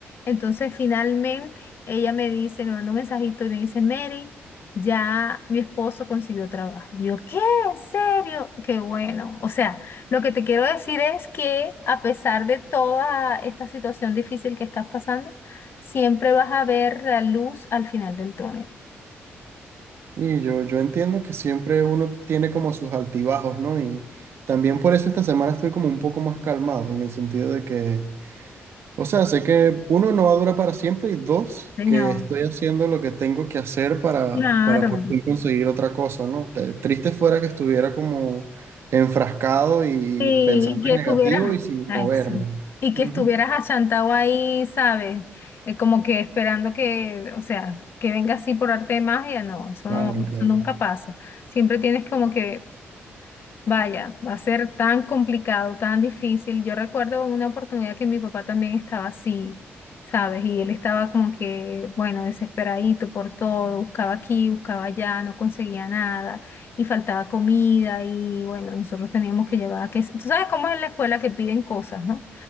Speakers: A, on the left; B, on the right.
A: entonces, finalmente, ella me dice, me mandó un mensajito y me dice, Mary, ya mi esposo consiguió trabajo. Yo, ¿qué? ¿En serio? Qué bueno. O sea, lo que te quiero decir es que a pesar de toda esta situación difícil que estás pasando, siempre vas a ver la luz al final del túnel.
B: Y yo, yo entiendo que siempre uno tiene como sus altibajos, ¿no? Y también por eso esta semana estoy como un poco más calmado, en el sentido de que O sea, sé que uno no va a durar para siempre y dos,
A: Señor,
B: que estoy haciendo lo que tengo que hacer para,
A: claro.
B: para por fin conseguir otra cosa, ¿no? Te- triste fuera que estuviera como enfrascado y
A: Y
B: pensando
A: que
B: en negativo
A: estuvieras,
B: y sin
A: ah,
B: moverme.
A: ex- y
B: Ujú.
A: que estuvieras achantado ahí, ¿sabes? Eh, como que esperando que, o sea, que venga así por arte de magia, no, eso
B: Claro,
A: no,
B: claro.
A: eso nunca pasa. Siempre tienes como que Vaya, va a ser tan complicado, tan difícil. Yo recuerdo una oportunidad que mi papá también estaba así, ¿sabes? Y él estaba como que, bueno, desesperadito por todo, buscaba aquí, buscaba allá, no conseguía nada y faltaba comida y bueno, nosotros teníamos que llevar, que, tú sabes cómo es en la escuela que piden cosas, ¿no?